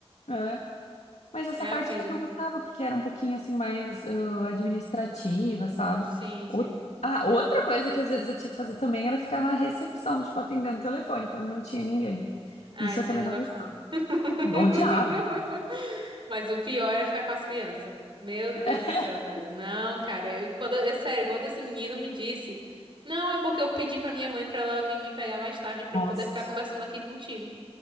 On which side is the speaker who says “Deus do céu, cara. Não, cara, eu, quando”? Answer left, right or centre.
Right